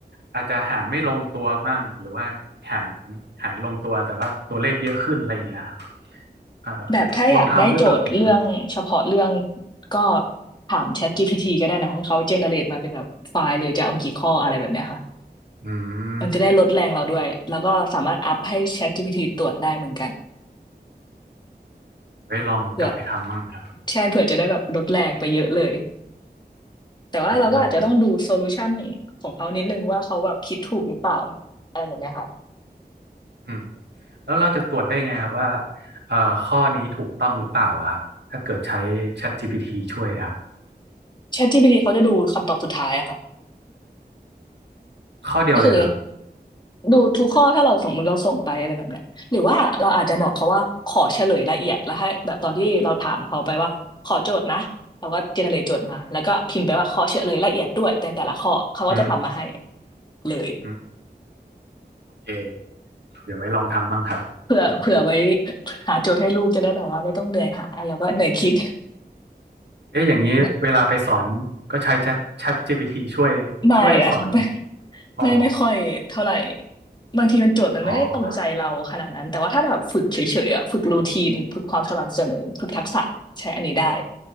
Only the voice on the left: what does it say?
แบบถ้าอยากได้โจทย์เรื่องเฉพาะเรื่อง
ก็ถาม ChatGPT ก็ได้นะให้เขาเจเนเรตมาเป็นแบบไฟล์เลยจะเอากี่ข้ออะไรแบบเนี้ยค่ะ
มันจะได้ลดแรงเราด้วยแล้วก็สามารถอัพให้ ChatGPT ตรวจได้เหมือนกัน
เพื่อใช่เผื่อจะได้แบบลดแรงไปเยอะเลยแต่ว่าเราก็อาจจะต้องดูโซลูชัน
ของเขานิดนึงว่าเขาแบบคิดถูกหรือเปล่าอะไรแบบเนี้ยค่ะ
ChatGPT เขาจะดูคำตอบสุดท้ายอะค่ะ
ก็คือดูทุกข้อถ้าเราสมมติเราส่งไปอะไรแบบเนี้ยหรือว่าเราอาจจะบอกเขาว่าขอเฉลยละเอียดแล้วให้แบบตอนที่เราถามเขาไปว่าขอโจทย์นะเราก็เจเนเรตโจทย์มาแล้วก็พิมพ์ไปว่าขอเฉลยละเอียดด้วยแต่แต่ละข้อเขาก็จะทำมาให้
เลย
เผื่อเผื่อไว้หาโจทย์ให้ลูกจะได้แบบว่าไม่ต้องเหนื่อยหาแล้วก็เหนื่อยคิด
<laughs>
ไม่อะ <laughs> ค่ะไม่
ไม่ไม่ค่อยเท่าไหร่บางทีมันโจทย์มันไม่ได้ตรงใจเราขนาดนั้นแต่ว่าถ้าแบบฝึกเฉยๆอะฝึกรูทีนฝึกความสม่ำเสมอฝึกทักษะใช้อันนี้ได้